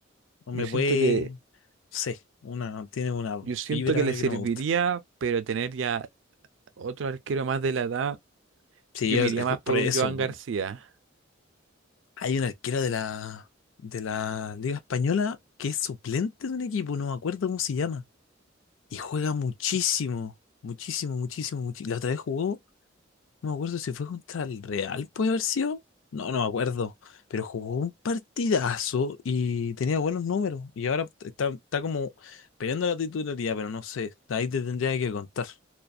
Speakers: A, on the left; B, on the right.
A: no
B: Yo
A: me
B: siento
A: puede,
B: que...
A: no sé, una, tiene una
B: Yo siento
A: vibra
B: que le
A: que
B: serviría,
A: no me gusta.
B: pero tener ya Otro arquero más de la edad,
A: Sí,
B: yo
A: es,
B: me iría
A: es
B: más por
A: por eso.
B: un Joan
A: po.
B: García.
A: Hay un arquero de la, de la Liga Española que es suplente de un equipo, no me acuerdo cómo se llama. Y juega muchísimo, muchísimo, muchísimo, muchísimo. La otra vez jugó, no me acuerdo si fue contra el Real, puede haber sido. No, no me acuerdo. Pero jugó un partidazo y tenía buenos números. Y ahora está, está como peleando la titularidad, pero no sé. Ahí te tendría que contar.